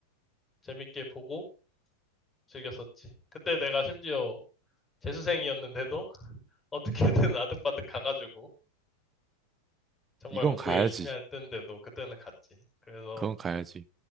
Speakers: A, on the left; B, on the right.
A: 재밌게 보고 즐겼었지 그때 내가 심지어 재수생이었는데도 <laughs> 어떻게든 아득바득 가가지고 정말
B: 이건
A: 공부
B: 가야지.
A: 열심히 할 때인데도 그때는 갔지. 그래서
B: 그건 가야지.